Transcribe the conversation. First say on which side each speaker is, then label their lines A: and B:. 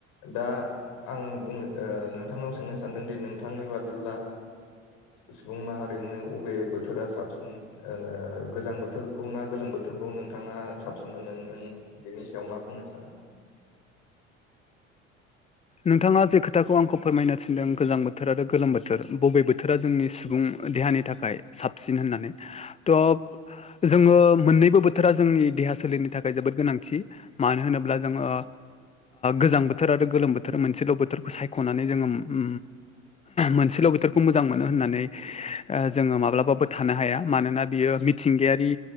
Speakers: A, on the left; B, on the left.
A: दा आं बुंनो ओ नोंथांनाव सोंनो सानदोंदि नोंथांनि बादिब्ला सुबुं माहारिनो बबे बोथोरा साबसिन गोजां बोथोर ना गोलोम बोथोरखौ नोंथाङा साबसिन मोनो बेयाव मा बुंनो सानो
B: नोंथाङा जे खोथाखौ आंखौ फोरमायनो थिनदों गोजां बोथोर आरो गोलोम बोथोर बबे बोथोरा जोंनि सुबुं देहानि थाखाय साबसिन होननानै थ जोङो मोननैबो बोथोरा जोंनि देहा सोलेरनि थाखाय जोबोद गोनांथि मानो होनोब्ला जोङो गोजां बोथोर आरो गोलोम बोथोर थोर मोनसेल बोथोरखौ सायखनानै जोङो उ मोनसेल बोथोरखौ मोजां मोनो होननानै जोङो माब्लाबाबो थानो हाया। मानोना बियो मिथिंगायारि